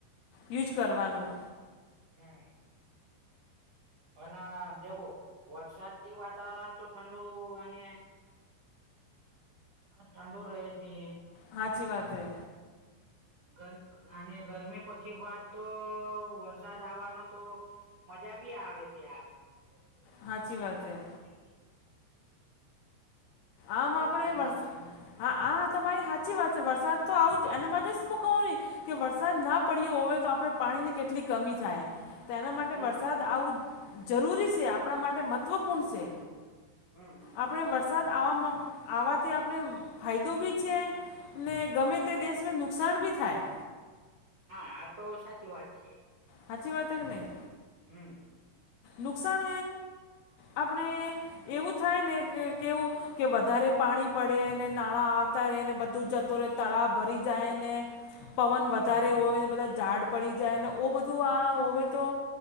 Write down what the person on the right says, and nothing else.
હમ્મ અન દેખો વરસાદથી વાતાવરણ તો ઠંડુ અને ઠંડુ રહે છે.
ગંદ અને ગરમી પછી વાત તો વરસાદ આવવાનો તો મજા ભી આવે છે આપના લોકોને
ફેરવા
જવા
માટે.
વરસાદમાં
હમ
હમ
હમ
હમ હમ
હા આતો સાચી વાત છે.
હમ્મ
હમ હમ